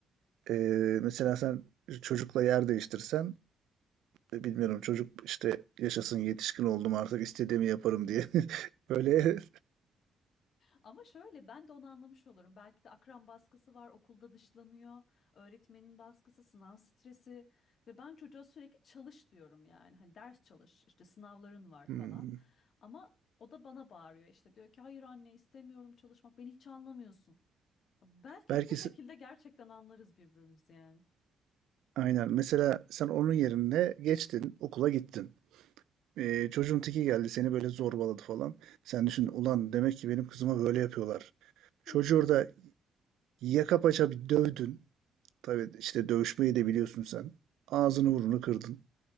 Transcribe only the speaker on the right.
Ee, mesela sen çocukla yer değiştirsen e, bilmiyorum çocuk işte yaşasın yetişkin oldum artık istediğimi yaparım diye <laughs> Böyle
Hmm.
Belki
se-
aynen. Mesela sen onun yerine geçtin, okula gittin. Ee, çocuğun teki geldi, seni böyle zorbaladı falan. Sen düşün, ulan demek ki benim kızıma böyle yapıyorlar. Çocuğu
orada yaka paça bir dövdün. Tabii işte dövüşmeyi de biliyorsun sen. Ağzını burnunu kırdın.